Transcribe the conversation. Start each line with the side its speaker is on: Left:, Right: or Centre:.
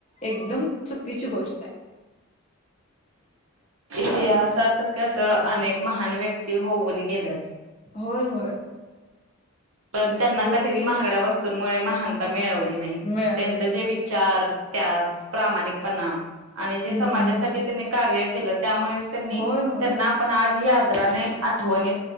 Left: एकदम चुकीची गोष्ट आहे
Right: इतिहासात कस अनेक महान व्यक्ती होऊन गेल्यात.
Left: होय होय.
Right: पण त्यांना
Left: जसं
Right: कधीच
Left: की
Right: महागड्या वस्तूंमुळे महानता मिळवली नाही
Left: मिळवल
Right: त्यांच
Left: नाही
Right: जे विचार त्या प्रामाणिक पणाम आणि जे
Left: हम्म
Right: समाजासाठी त्यांनी कार्य केलं त्यामुळे त्यांनी
Left: होय होय
Right: त्यांना आपण आजही आदराने आठवणी